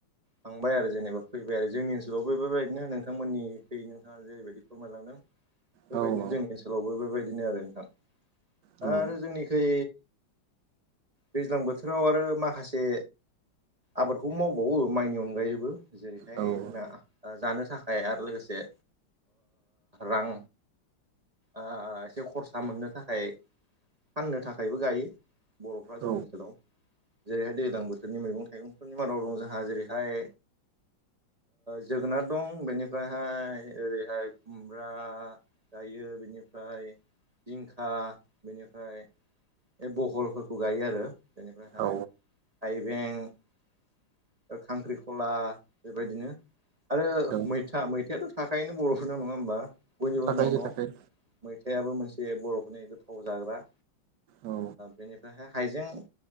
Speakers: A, on the right; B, on the right.
A: थांबाय आरो जेनेबा फैबाय आरो जोंनि ओनसोलाव बेफोरबायदिनो नोंथांमोननि फै नोंथां जेरैबायदि फोरमायलांदों बेबायदिनो
B: औ
A: जोंनि ओनसोलावबो बेबायदिनो आरो नोंथां
B: औ
A: आरो जोंनिखै दैज्लां बोथोराव आरो माखासे आबादखौ मावबावो माइनि अनग अनगायैबो जेरैहाय
B: औ औ
A: जोंना जानो थाखाय आरो लोगोसे रां एसे खरसा मोननो थाखाय फाननो थाखायबो गायो बर'फ्रा जोंनि
B: औ
A: ओनसोलाव जेरैहाय दैज्लां बोथोरनि मैगं थाइगंफोरनि मादाव दं जोंहा जेरैहाय जोगोनार दं बेनिफ्रायहाय ओरैहाय खुमब्रा गायो बेनिफ्राय जिंखा बेनिफ्राय बे बहलफोरखौ गायो आरो बेनिफ्रायहाय
B: औ
A: थाइबें खांख्रिखला बेबायदिनो आरो
B: औ
A: मैथा मैथायाथ' थाखायोनो बर'फोरन नङा होमबा बयनिबो
B: थाखायो
A: नङ
B: थाखायो
A: मैथायाबो मोनसे बर'फोरनि गोथाव जाग्रा
B: औ
A: बेनिफ्रायहाय हाइजें